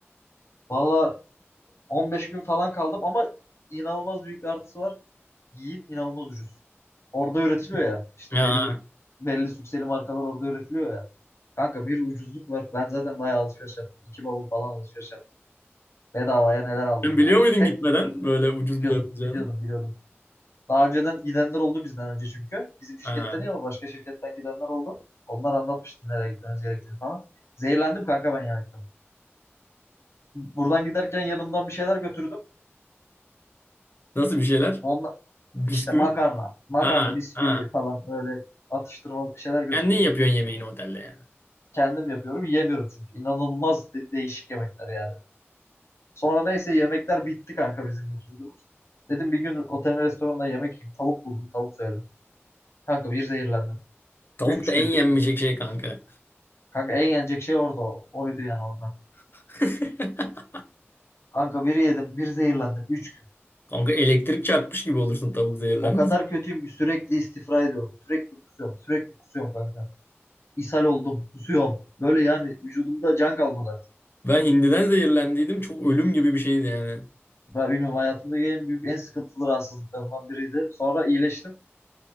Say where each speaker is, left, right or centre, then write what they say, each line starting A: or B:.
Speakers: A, on the left (about 70°); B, on the left (about 50°).
A: Valla 15 gün falan kaldım ama inanılmaz büyük bir artısı var. Giyim inanılmaz ucuz. Orada üretiliyor ya. İşte
B: Aa,
A: belli belli sükseli markalar orada üretiliyor ya. Kanka bir ucuzluk var. Ben zaten bayağı alışveriş yaptım. İki bavul falan alışveriş yaptım. Bedavaya neler aldım
B: Sen biliyor
A: yani.
B: muydun
A: Tek
B: gitmeden böyle ucuz
A: biliyordum,
B: bir yer olacağını?
A: biliyordum, biliyordum. Daha önceden gidenler oldu bizden önce çünkü. Bizim şirketten
B: aa.
A: değil ama başka şirketten gidenler oldu. Onlar anlatmıştı nereye gitmemiz gerektiğini falan. Zehirlendim kanka ben yemekten. Buradan giderken yanımdan bir şeyler götürdüm.
B: Nasıl bir şeyler?
A: onla
B: Bisküvi.
A: İşte makarna, makarna,
B: Ha,
A: bisküvi
B: ha.
A: falan böyle atıştırmalık bir şeyler götürdüm.
B: Kendin yapıyorsun yemeğini otelde yani.
A: Kendim yapıyorum, yemiyorum çünkü. İnanılmaz de- değişik yemekler yani. Sonra neyse yemekler bitti kanka bizim götürdüğümüz. Dedim bir gün otelin restoranda yemek yiyeyim. Tavuk buldum, tavuk söyledim. Kanka bir zehirlendim.
B: Tavuk
A: Üç
B: da en
A: gün.
B: yenmeyecek şey kanka.
A: Kanka en yenecek şey orada oydu yani orada.
B: <laughs>
A: Kanka bir yedim, bir zehirlendim. Üç gün.
B: Kanka elektrik çarpmış gibi olursun tavuk zehirlenmesi.
A: O kadar
B: <laughs>
A: kötüyüm ki sürekli istifra ediyorum. Sürekli kusuyorum, sürekli kusuyorum kanka. İshal oldum, kusuyorum. Böyle yani vücudumda can kalmadı.
B: Ben hindiden zehirlendiydim. Çok ölüm gibi bir şeydi yani.
A: Ben bilmiyorum hayatımda en büyük en sıkıntılı rahatsızlıklarımdan biriydi. Sonra iyileştim.